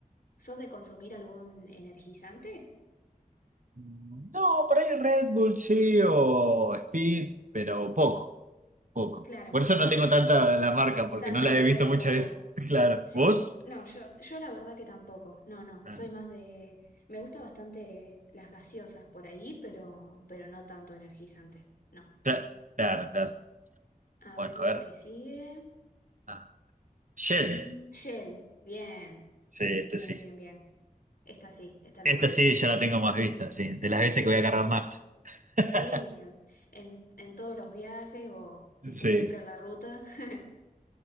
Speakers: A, on the left (about 80°); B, on the right (about 60°).
A: ¿Sos de consumir algún energizante?
B: No, por ahí Red Bull sí o Speed, pero poco. Poco.
A: Claro,
B: Por
A: no
B: eso
A: tanto,
B: no tengo tanta
A: sí.
B: la marca, porque
A: Tanta
B: no la
A: idea
B: he visto
A: del
B: muchas
A: logo.
B: veces. <laughs> Claro.
A: Sí,
B: ¿Vos?
A: no, yo, yo la verdad que tampoco. No, no,
B: Ah,
A: soy más de... Me gusta bastante las gaseosas por ahí, pero, pero no tanto energizante. No.
B: cla- Claro, claro.
A: A
B: Bueno,
A: ver
B: a
A: la
B: ver.
A: que sigue.
B: Ah, Shell.
A: Mm, Shell, bien,
B: Sí, este
A: bien,
B: sí.
A: bien, bien. Esta sí, esta la
B: Esta
A: conocemos.
B: sí ya la tengo más vista, sí. De las veces
A: Sí,
B: que voy a cargar nafta. <laughs>
A: sí, en, en, en todos los viajes o, viste,
B: Sí.
A: siempre en la ruta, <laughs>